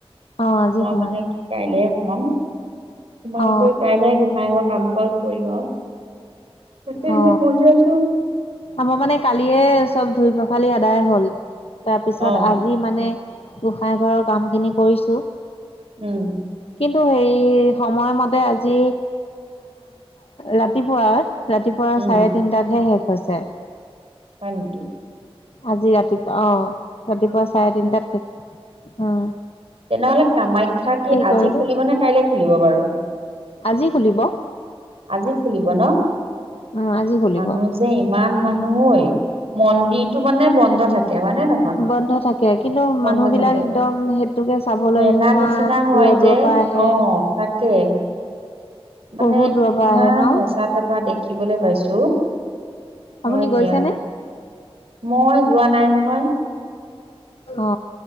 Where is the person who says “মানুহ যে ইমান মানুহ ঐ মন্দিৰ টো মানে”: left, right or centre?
Right